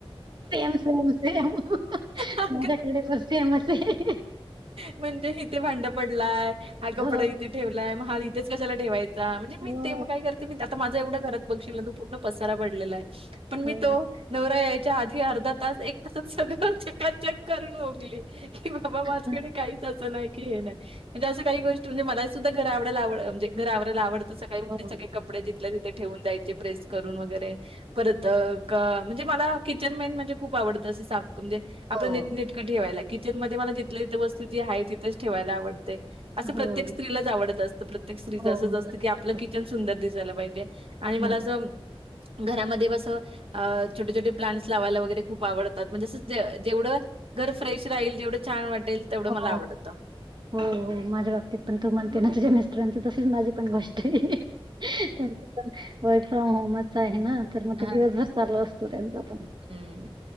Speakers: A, on the right; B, on the right.
A: सेम सेम सेम आमच्याकडं
B: अगं
A: पण सेमच ये
B: म्हणजे इथे भांड पडलाय हा कपडा
A: हो
B: इथे ठेवलाय म हा इथेच कशाला ठेवाय चा म्हणजे मी
A: हो
B: ते म काय करते मी आता माझा एवढा घरात बघशील ना तू पूर्ण पसारा पडलेला आय. पण मी
A: हो
B: तो नवरा यायच्या आधी अर्धा तास एक तासात सगळं चकाचक करून मोकली. की बाबा माझ्याकड
A: हां.
B: काहीच असं नाय की हे नाय. म्हणजे असं काही गोष्ट म्हणजे मला सुद्धा घर आवडायला आव म्हणे घर आवरायला आवडंत सकाळी उट
A: हो
B: सगळे कपडे जिथल्या तिथे ठेवून जायचे प्रेस करून वगैरे परत अ क म्हणजे मला किचन मेन म्हणजे खूप आवडतं अस साप म्हणजे आपलं
A: हो
B: नीटनेट क ठेवायला किचन मध्ये मला जिथल्या तिथ वस्तू जी हाय तिथच ठेवायला आवडते अस
A: हो
B: प्रत्येक स्त्रीलाच आवडत असतं प्रत्येक स्त्री
A: हो
B: असं
A: मला
B: असं
A: वाटतं
B: की आपलं किचन सुंदर दिसायला पाहिजे आणि
A: तसंच
B: मला
A: ना.
B: असं घरामध्ये ब असं अ छोटे छोटे प्लांट्स लावायला वगैरे खूप आवडतात म्हणजे असं जे जेवढं घर फ्रेश राहील जेवढं छान वाटेल तेवढं
A: अगो
B: मला आवडतं.
A: बाई हो हो, माझ्या बाबतीत पण तू म्हणते ना, तुझ्या मिस्टरांच तशीच माझी पण गोष्ट हाय. <inaudible> त्यांच पण वर्क फ्रॉम होमच आहे ना, तर मग
B: हां.
A: ते दिवसभर चालू असत त्यांचा पण
B: हं.